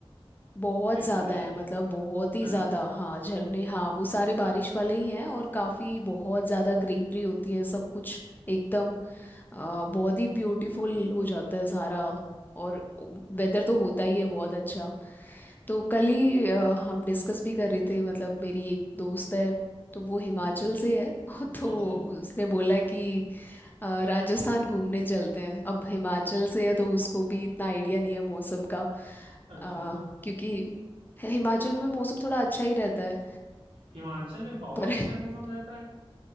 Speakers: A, on the left; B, on the right.
A: बहुत
B: एक्टिव
A: ज़्यादा
B: हो जाते
A: हैं मतलब
B: हैं
A: बहुत ही
B: है
A: ज़्यादा
B: ना
A: हाँ झरने हाँ वो सारे बारिश वाले ही हैं और काफ़ी बहुत ज़्यादा ग्रीनरी होती है सब कुछ एकदम अ, बहुत ही ब्यूटीफुल हो जाता है सारा और वेदर तो होता ही है बहुत अच्छा तो कल ही अ, हम डिस्कस भी कर रहे थे मतलब मेरी एक दोस्त है तो वो हिमाचल से है <laughs> तो
B: अच्छा
A: उसने बोला कि अ, राजस्थान घूमने चलते हैं अब हिमाचल से है तो उसको भी इतना आइडिया नहीं है मौसम का
B: अच्छा
A: अ, क्योंकि हिमाचल में मौसम थोड़ा अच्छा ही रहता है अ,
B: हिमाचल में बहुत
A: पर
B: अच्छा
A: <laughs>
B: मौसम रहता है